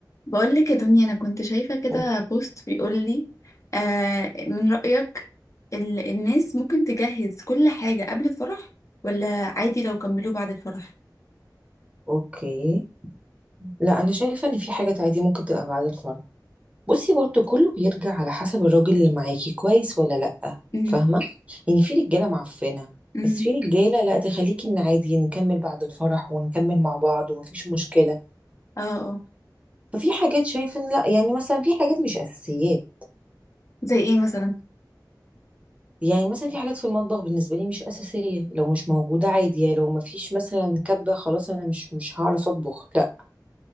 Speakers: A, on the left; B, on the right.
A: بقول لك يا دنيا انا كنت شايفه كده
B: أو-
A: بوست بيقول لي آه من رأيك ال- الناس ممكن تجهز كل حاجه قبل الفرح ولا عادي لو كملوه بعد الفرح
B: اوكي لا انا شايفه ان في حاجه عادي ممكن تبقى بعد الفرح بصي برضو كله بيرجع على حسب الراجل اللي معاكي كويس ولا لا
A: امم
B: فاهمه يعني في رجاله معفنه
A: امم
B: بس في رجاله لا تخليكي ان عادي نكمل بعد الفرح ونكمل مع بعض ومفيش مشكله
A: اه اه
B: ففي حاجات شايفه ان لا يعني مثلا في حاجات مش اساسيات
A: زي ايه مثلا
B: يعني مثلا في حاجات في المطبخ بالنسبه لي مش اساسيه لو مش موجوده عادي يعني لو مفيش مثلا كبه خلاص انا مش مش هعرف اطبخ لا